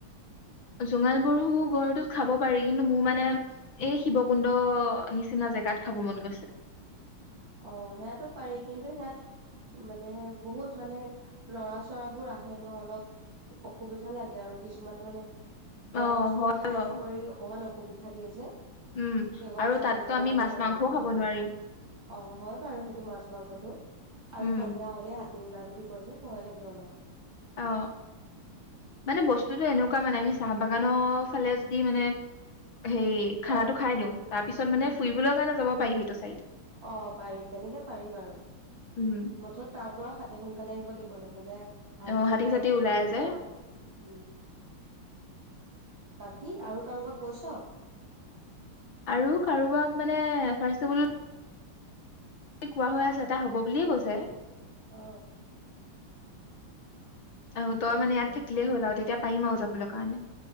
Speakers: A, on the left (about 65°); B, on the right (about 55°).
A: জোঙাল বৰ়ু গড়টো খাব পাৰি কিন্তু মোৰ মানে এই শিৱকুণ্ড নিচিনা জেগাত খাব মন গৈছে
B: অ সেইয়াতো পাৰি কিন্তু হিয়াত মানে বহুত মানে লৰা চৰাবোৰ আহে ন অলপ অসুবিধা লাগে আৰু কিছুমানে মানে বেয়া
A: অ
B: বস্তু
A: হয়
B: খাই
A: বাৰু
B: কৰি অকমান অখুখ সুবিধা দিয়ে যে
A: উম
B: কেৱল
A: আৰু
B: ছোৱালী
A: তাততো
B: গলে
A: আমি
B: আমাৰ
A: মাছ
B: অসুবিধা
A: মাংসও খাব
B: হ'ব
A: নোৱাৰিম
B: অ হয় বাৰু সেইটো মাছ মাংসটো আৰু
A: উম।
B: সন্ধিয়া হলে হাতি ওলাই বুলি কয় যে ভয় লাগে অলপ
A: অ মানে বস্তুতটো এনেকুৱা মানে আমি চাহ বাগানৰ ফালে যদি মানে হে
B: অ
A: খানাটো খাই দিও তাৰ পিছত
B: উম
A: মানে ফুৰিবলৈ কাৰণে যাব পাই সেইটো চাইড
B: অ পাৰি তেনেকে পাৰি বাৰু
A: উম
B: মুঠত তাৰ পৰা হাতে সোনকালে আহিব লাগিব নহ'লে হাতী
A: অ
B: ওলাই
A: চাতী
B: বুলি শুনো
A: যে
B: ন উম বাকী ই আৰু কাৰোবাক কৈছ
A: আৰু কাৰোবাক মানে ৰ্ফাৰ্ৰচটেবোল কোৱা হৈ আছে এটা হব বুলিয়ে কৈছে
B: অ।
A: আহ তই
B: হওক
A: মানে
B: দে
A: ইয়াত থাকিলেই হল আৰু তেতিয়া পাৰিম আওঁ যাবলৈ কাৰণে